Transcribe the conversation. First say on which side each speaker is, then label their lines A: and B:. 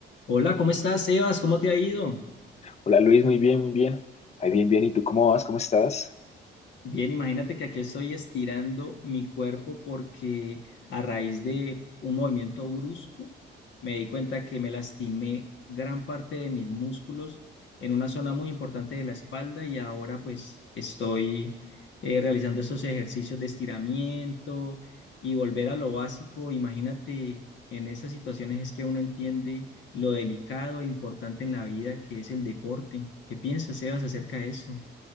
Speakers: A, on the left (about 65°); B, on the left (about 35°).
A: Hola, ¿cómo estás, Sebas? ¿Cómo te ha ido?
B: Hola Luis, muy bien, muy bien. Ahí bien, bien. ¿Y tú cómo vas? ¿Cómo estás?
A: Bien, imagínate que aquí estoy estirando mi cuerpo porque a raíz de un movimiento brusco me di cuenta que me lastimé gran parte de mis músculos en una zona muy importante de la espalda y ahora pues estoy eh, realizando esos ejercicios de estiramiento y volver a lo básico. Imagínate, en esas situaciones es que uno entiende lo delicado e importante en la vida que es el deporte. ¿Qué piensas, Sebas, acerca de esto?